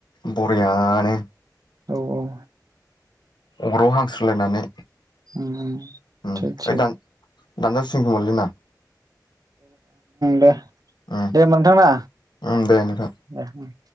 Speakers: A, on the left (about 85°); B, on the right (about 55°).
A: बरियानो
B: औ औ।
A: अराव हांस्रोलायनानै
B: औ
A: ओ
B: थिग थिग
A: दान दानजासिगोन खोमालै ना?
B: दे
A: उम
B: दे नोंथां ना
A: उम दे नोंथां
B: दे अम।